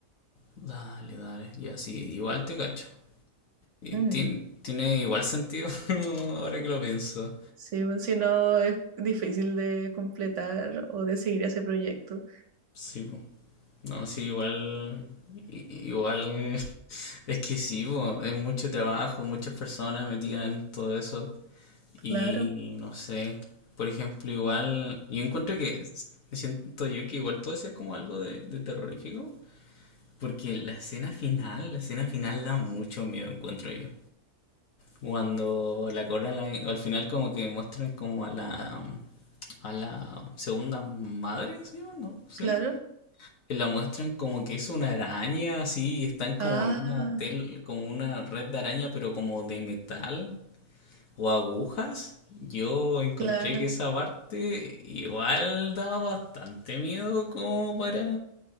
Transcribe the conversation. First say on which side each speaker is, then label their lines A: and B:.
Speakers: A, on the left (about 75°); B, on the right (about 60°).
A: Dale, dale, ya sí, igual te cacho. Y
B: Mm,
A: tien- tiene igual sentido <laughs> ahora que lo pienso.
B: sí, pues, si no es difícil de completar o de seguir ese proyecto.
A: Sí, po. No, sí, igual, i- igual, <laughs> es que sí, po, es mucho trabajo, muchas personas metidas en todo eso.
B: Claro,
A: Y no sé, por ejemplo, igual, yo encuentro que s- siento yo que igual puede ser como algo de, de terrorífico, porque la escena final, la escena final da mucho miedo, encuentro yo. Cuando la corona al final como que muestran como a la a la segunda madre, se llama, ¿no? Sí.
B: claro.
A: Que la muestran como que es una araña así, y están como
B: Ah,
A: en una tel, como una red de araña, pero como de metal, o agujas, yo encontré
B: claro.
A: que esa parte igual daba bastante miedo como para,